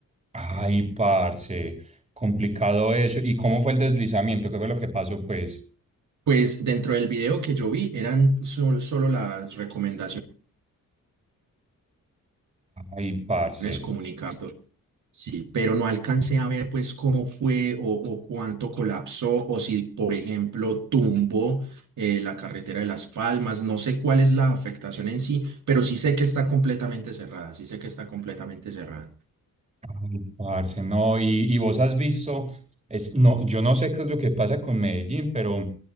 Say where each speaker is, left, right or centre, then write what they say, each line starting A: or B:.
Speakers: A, on the right (about 20°); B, on the right (about 65°).
A: Ay, parce, complicado eso. ¿Y cómo fue el deslizamiento? ¿Qué fue lo que pasó, pues?
B: Pues dentro del video que yo vi eran sol- solo las recomendaciones
A: Ay, parce.
B: comunicadas. Sí, pero no alcancé a ver pues cómo fue o, o cuánto colapsó o si, por ejemplo, tumbó eh, la carretera de Las Palmas. No sé cuál es la afectación en sí, pero sí sé que está completamente cerrada, sí sé que está completamente cerrada.
A: Ay, Parce, no, y, y vos has visto, es, no, yo no sé qué es lo que pasa con Medellín, pero,